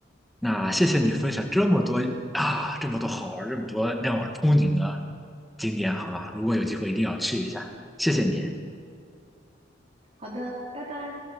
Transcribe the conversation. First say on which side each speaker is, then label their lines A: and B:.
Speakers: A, in the centre; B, on the right.
A: 那谢谢你分享这么多啊，这么多好玩儿，这么多让我憧憬的景点，好吧？如果有机会一定要去一下，谢谢你。
B: 好的，拜拜。